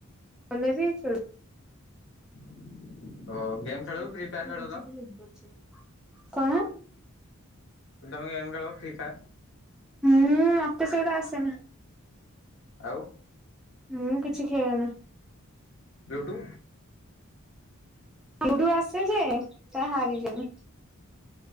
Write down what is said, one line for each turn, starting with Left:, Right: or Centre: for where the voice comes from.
Centre: କଲେ ବି ଖୋ
Left: <inaudible>
Centre: <unintelligible>
Left: ଖେଳ ଫ୍ରି ଫାୟାର ଖେଳ ତ
Centre: କଣ?
Left: ତମେ ଗମ୍ ଖେଳ ଫ୍ରି ଫାୟାର୍?
Centre: ମୁଁ ମତେ ସେଗଟା ଆସେନି।
Left: ଆଉ
Centre: ମୁଁ କିଛି ଖେଲେନା?
Left: ଲୁଡୁ
Centre: ଲୁଡୁ ଆସେ ଯେ ହାରିଯିବି।